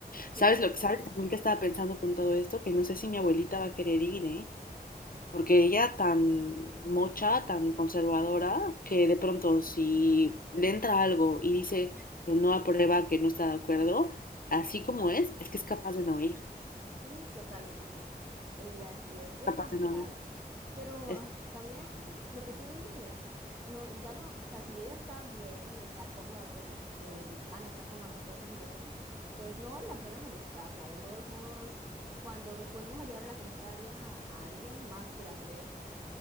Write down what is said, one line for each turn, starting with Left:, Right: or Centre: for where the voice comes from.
Right: Sí,
Left: ¿Sabes
Right: yo
Left: lo
Right: también.
Left: que sabes también que estaba pensando con todo esto? Que no sé si mi abuelita va a querer ir, ¿eh? Porque ella tan mocha, tan conservadora, que de pronto si le entra algo y dice que no aprueba, que no está de acuerdo, así como es, es que es capaz de no ir,
Right: Mm, totalmente. Ella sí es bien
Left: capaz
Right: complicada.
Left: de no ir.
Right: Pero
Left: Es-
Right: ah, también lo que tú dices, no, ya no, o sea, si ella está bien, está cómoda con, eh, mi- Ana está cómoda con toda esta situación, pues no vale la pena molestarla. De todos modos, cuando nos ponemos a llevar a la contraria a alguien, más quiere hacer eso.